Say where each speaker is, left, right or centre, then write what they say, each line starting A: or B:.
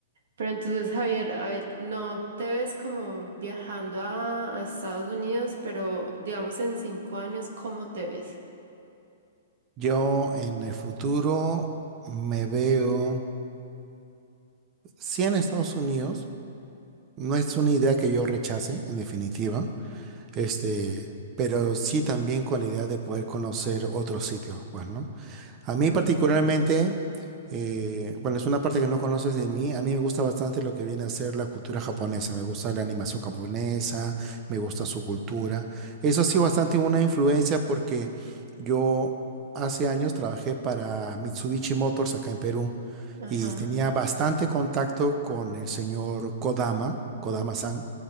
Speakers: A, on the right; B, on the right.
A: Pero entonces, Javier, a ver, no te ves como viajando a, a Estados Unidos, pero digamos en cinco años, ¿cómo te ves?
B: Yo en el futuro me veo, sí en Estados Unidos, no es una idea que yo rechace, en definitiva, Este, pero sí también con la idea de poder conocer otros sitios, pues, ¿no? A mí
A: Ajá.
B: particularmente, eh, bueno, es una parte que no conoces de mí, a mí me gusta bastante lo que viene a ser la cultura japonesa, me gusta la animación japonesa, me gusta su cultura. Eso ha sido bastante una influencia porque yo hace años trabajé para Mitsubishi Motors acá en Perú
A: Ajá.
B: y tenía bastante contacto con el señor Kodama, Kodama-san